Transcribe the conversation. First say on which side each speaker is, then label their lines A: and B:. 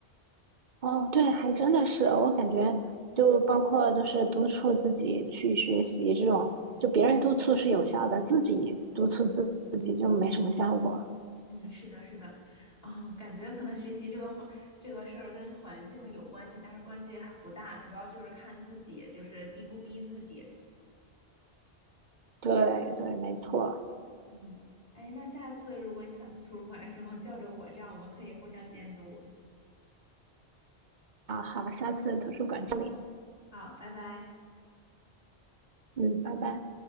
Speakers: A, on the right; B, on the left.
A: 哦，对，还真的是，我感觉就包括就是督促自己去学习这种，就别人督促是有效的，自己督促自自己就没什么效果。
B: <laughs> 嗯，是的，是的，嗯，感觉可能学习这个环这个事儿跟环境有关系，但是关系还不大，主要就是看自己，就是逼不逼自己。
A: 对对，没错。
B: 嗯，哎，那下次如果你想去图书馆的时候，叫着我，这样我们可以互相监督。
A: 好好，下次图书馆见你。
B: 好，拜拜。
A: 嗯，拜拜。